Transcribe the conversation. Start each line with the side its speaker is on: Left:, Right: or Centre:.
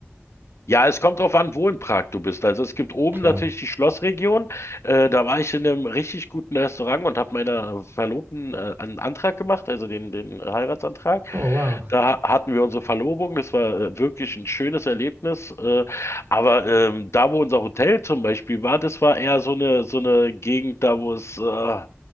Left: Ja, es kommt drauf an, wo in Prag du bist. Also es gibt oben
Right: Klar.
Left: natürlich die Schlossregion. Äh, da war ich in einem richtig guten Restaurant und habe meiner Verlobten äh, einen Antrag gemacht, also den, den Heiratsantrag.
Right: Oh, wow.
Left: Da hatten wir unsere Verlobung. Das war äh, wirklich ein schönes Erlebnis. Äh, aber ähm, da, wo unser Hotel zum Beispiel war, das war eher so eine so eine Gegend, da wo es äh,